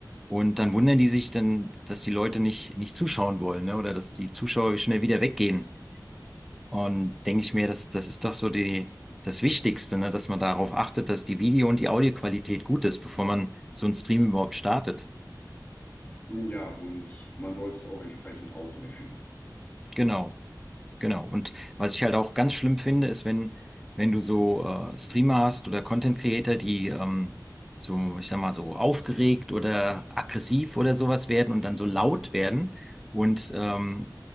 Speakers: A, in the centre; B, on the left.
A: und dann wundern die sich dann, dass die Leute nicht nicht zuschauen wollen, ne? Oder dass die Zuschauer schnell wieder weggehen. Und denke ich mir, das, das ist doch so die, das Wichtigste, ne, dass man darauf achtet, dass die Video- und die Audioqualität gut ist, bevor man so einen Stream überhaupt startet.
B: Hm, Ja, und man sollte es auch entsprechend ausmischen.
A: Genau, genau. Und was ich halt auch ganz schlimm finde, ist, wenn, wenn du so äh, Streamer hast oder Content Creator, die ähm, so, ich sag mal, so aufgeregt oder aggressiv oder sowas werden und dann so laut werden und ähm,